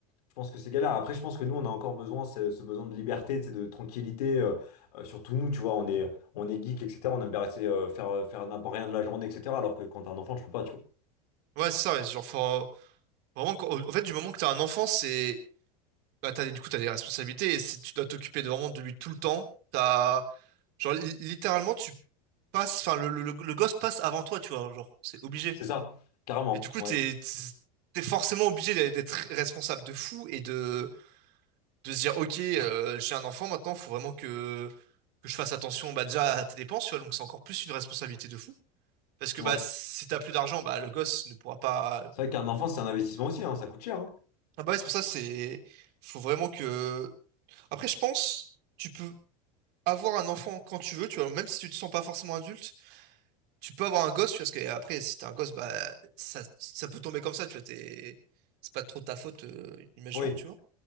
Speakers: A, on the left; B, on the right.
A: je pense que c'est galère. Après, je pense que nous, on a encore besoin, ce, ce besoin de liberté, tu sais, de tranquillité, euh, euh, surtout nous, tu vois, on est, on est geek, etc. On aime bien rester, euh, faire, euh, faire n'importe rien de la journée, etc. Alors que quand t'es un enfant, tu peux pas, tu vois.
B: Ouais, c'est ça, ouais. Genre, faut- vraiment, quand- en fait, du moment que t'as un enfant, c'est. Bah, t'as des, du coup, t'as des responsabilités et c'est- tu dois t'occuper de, vraiment de lui tout le temps. T'as. Genre, li- littéralement, tu passe, enfin, le, le, le, le gosse passe avant toi, tu vois, genre, c'est obligé.
A: C'est ça, carrément,
B: Et du coup,
A: ouais,
B: t'es, t'es t'es forcément obligé d'a- d'être responsable de fou et de, de se dire, ok, euh, j'ai un enfant maintenant, faut vraiment que, que je fasse attention, bah, déjà à tes dépenses, tu vois, donc c'est encore plus une responsabilité de fou. Parce que,
A: ouais.
B: bah, si t'as plus d'argent, bah, le gosse ne pourra pas.
A: C'est vrai qu'un enfant, c'est un investissement aussi, hein, ça coûte cher. hein.
B: Ah, bah, ouais, c'est pour ça, c'est, faut vraiment que. Après, je pense, tu peux avoir un enfant quand tu veux, tu vois, même si tu te sens pas forcément adulte. tu peux avoir un gosse, tu vois, parce que après, si t'es un gosse, bah, ça, ça peut tomber comme ça, tu vois, t'es, c'est pas trop ta faute, euh, imaginons,
A: Oui,
B: tu vois.